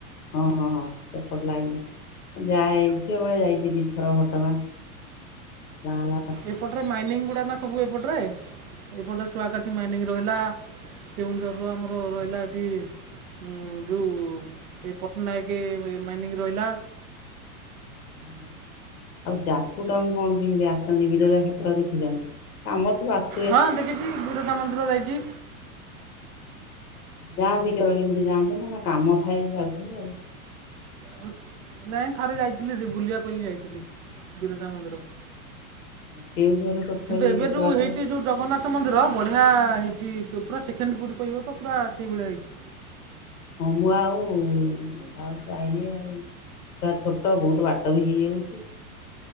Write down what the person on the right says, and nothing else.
ଏପଟରେ ମାଇନିଂ ଗୁଡ଼ା ନା ସବୁ ଏପଟରେ, ଏପଟରେ ଶୁଆକାଠି ମାଇନିଂ ରହିଲା। କେଉଁଝରରୁ ଆମର ରହିଲା ଏଠି ଉଁ ଯୋଉ ଏ ପଟ୍ଟନାୟକ ମାଇନିଂ ରହିଲା।
ହଁ ଦେଖିଛି ବିରଜା ମନ୍ଦିର ଯାଇଚି।
ଆଉ ନାଇଁ ଥରେ ଯାଇଥିଲି ଯେ ବୁଲିବା ପାଇଁ ଯାଇଥିଲି ବିରଜା ମନ୍ଦିର।
କିନ୍ତୁ ଏବେ
ଯୋଉ
ହେଇଚି ଯୋଉ ଜଗନ୍ନାଥ ତ ମନ୍ଦିର ବଢ଼ିଆ ହେଇଚି ଯୋ ପୁରା ସେକେଣ୍ଡ ପୁରୀ କହିବ ତ ପୁରା ସେଇଭଳିଆ ହେଇଚି।